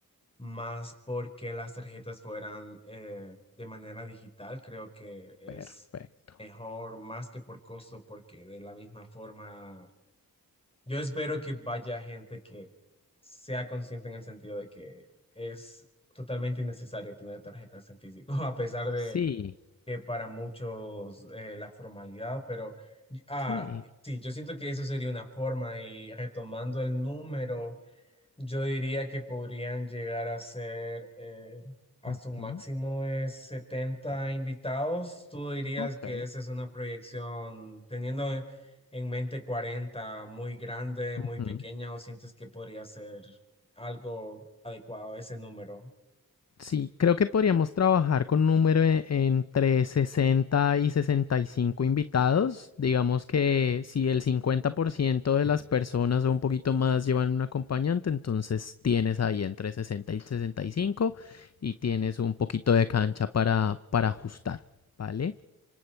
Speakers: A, on the left (about 15°); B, on the left (about 45°).
A: más porque las tarjetas fueran eh, de manera digital, creo que es
B: Perfecto.
A: mejor más que por costo, porque de la misma forma, yo espero que vaya gente que sea consciente en el sentido de que es totalmente innecesario tener tarjetas en físico, <laughs> a pesar de
B: Sí,
A: que para muchos eh, la formalidad, pero ah,
B: sí.
A: sí, yo siento que eso sería una forma y retomando el número. Yo diría que podrían llegar a ser eh, hasta
B: Ujú,
A: un máximo de 70 invitados. ¿Tú dirías
B: Ok.
A: que esa es una proyección teniendo en en mente cuarenta muy grande,
B: Ujú.
A: muy pequeña, o sientes que podría ser algo adecuado ese número?
B: Sí, creo que podríamos trabajar con un número e- entre 60 y 65 invitados. Digamos que si el 50% de las personas o un poquito más llevan un acompañante, entonces tienes ahí entre 60 y 65 y cinco y tienes un poquito de cancha para, para ajustar, ¿vale?